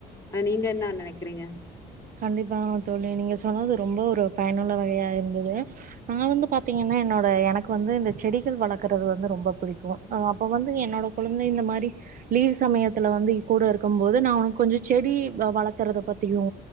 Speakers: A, on the left; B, on the right.
A: அ நீங்க என்னீ நெனக்கிறீங்க
B: கண்டிப்பா தோழி நீங்க சொன்னது ரொம்ப ஒரு பயனுள்ள வகையா இருந்தது நா வந்து பாத்தீங்கன்னா என்னோட எனக்கு வந்து இந்த செடிகள் வளர்க்கறது வந்து ரொம்ப புடிக்கு அ அப்ப வந்து என்னோட கொழந்தை இந்த மாரி லீவ் சமயத்துல வந்து கூட இருக்கம் போது நா ஒனக்கு கொஞ்சோ செடி வ வளத்துறத பத்தியு